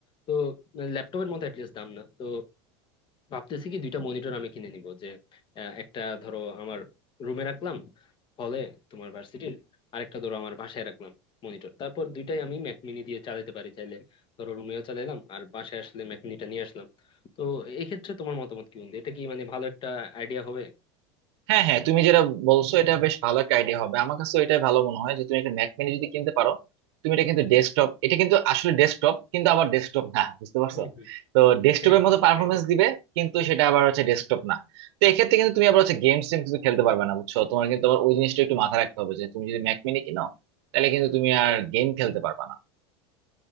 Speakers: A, on the left (about 35°); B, on the right (about 75°).
A: তো ল্যাপটপের মতো অ্যাটলিস্ট দাম না তো ভাবতেছি কি দুইটা মনিটর আমি কিনে নিব যে আহ, একটা ধরো আমার রুমে রাখলাম হলে তোমার ভার্সিটির আরেকটা ধরো আমার বাসায় রাখলাম মনিটর তারপর দুইটাই আমি ম্যাক মিনি দিয়ে চালাতে পারি চাইলে ধরো রুমেও চালাইলাম আর বাসায় আসলে ম্যাক মিনিটা নিয়ে আসলাম তো এক্ষেত্রে তোমার মতামত কি বন্ধু এটা কি মানে ভালো একটা আইডিয়া হবে
B: হ্যাঁ হ্যাঁ তুমি যেটা বলছো এটা বেশ ভালো একটা আইডিয়া হবে আমার কাছে এটা ভালো মনে হয় যে তুমি একটা ম্যাক মিনি যদি কিনতে পারো তুমি এটা কিন্তু ডেস্কটপ এটা কিন্তু আসলে ডেস্কটপ কিন্তু আবার ডেস্কটপ না বুঝতে পারছো
A: হম হম <laughs>
B: তো ডেস্কটপের
A: হ্যাঁ
B: মতো পারফরমেন্স
A: কাইন্ড
B: দিবে কিন্তু সেটা আবার হচ্ছে ডেস্কটপ না তো এক্ষেত্রে কিন্তু তুমি আবার হচ্ছে গেমস টেম কিন্তু খেলতে পারবে না বুঝছো তোমার কিন্তু আবার ওই জিনিসটা একটু মাথায় রাখতে হবে যে তুমি যদি ম্যাক মিনি কিনো তাহলে কিন্তু তুমি আর গেম খেলতে পারবে না